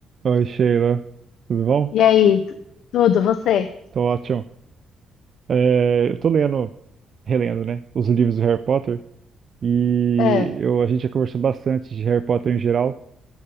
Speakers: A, on the right; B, on the left.
A: Oi, Sheila. Tudo bom?
B: E aí, tu- tudo, você?
A: Tô ótimo. É, eu tô lendo, relendo, né, os livros do Harry Potter e
B: É,
A: eu, a gente já conversou bastante de Harry Potter em geral